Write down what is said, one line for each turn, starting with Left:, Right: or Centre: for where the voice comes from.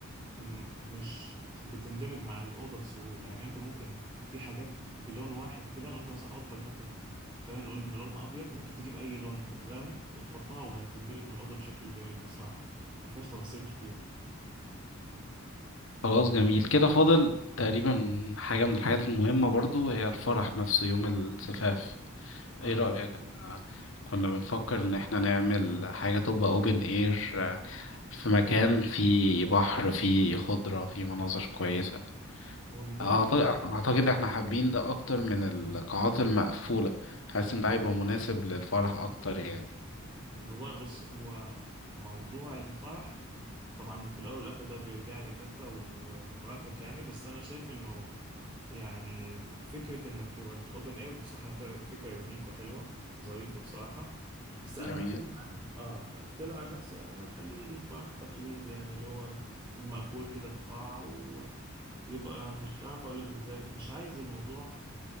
Right: م- مش بتندمج مع الأوضة بسهولة يعني انت ممكن في حاجات بلون واحد كده لو انت مثلا أوضتك مثلا خلينا نقول ان لونها ابيض ممكن تجيب اي لون غامق وتحطها وهتندمج مع الأوضة بشكل جميل بصراحة ما فيهاش تفاصيل كتير
Left: خلاص جميل كده فاضل تقريبا حاجة من الحاجات المهمة برضو هي الفرح نفسه يوم الزفاف
Right: اه
Left: ايه رأيك أنا كنا بنفكر ان احنا نعمل حاجة تبقى اوبن اير في مكان فيه بحر فيه خضرة فيه مناظر كويسة
Right: والله
Left: اعتقد اعتقد احنا حابين ده اكتر من القاعات المقفولة حاسس ان ده هيبقى مناسب للفرح اكتر يعني
Right: والله بص هو موضوع الفرح طبعا في الاول والاخر ده بيرجع لك انت ومراتك يعني بس انا شايف انه يعني فكره انك يبقى الاوبن اير بصراحه ف- فكره يونيك وحلوه ظريفه بصراحه بس انا
Left: جميل
Right: هتكلم عن اه هتكلم عن نفسي يعني انا اخليه فرح تقليدي يعني اللي هو المقفول كده في قاعه ويبقى مش عارف اقول لك ازاي مش عايز الموضوع